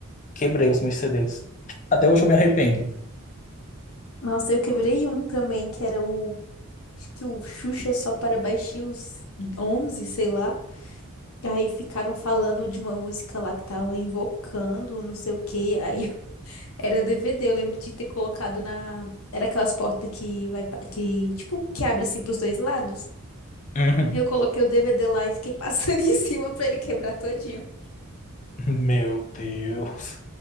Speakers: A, on the left; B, on the left.
A: quebrei os meus CDs. Até hoje eu me arrependo.
B: Nossa, eu quebrei um também, que era o. Acho que o Xuxa só para baixinhos 11 sei lá. Aí ficaram falando de uma música lá que tava invocando, não sei o quê. Aí eu- <laughs> era DVD, eu lembro de ter colocado na. Era aquelas portas que vai. pa- Que, tipo, que abre assim pros dois lados.
A: Uhum.
B: Eu coloquei o DVD lá e fiquei passando <laughs> em cima pra ele quebrar todinho.
A: <laughs> Meu Deus.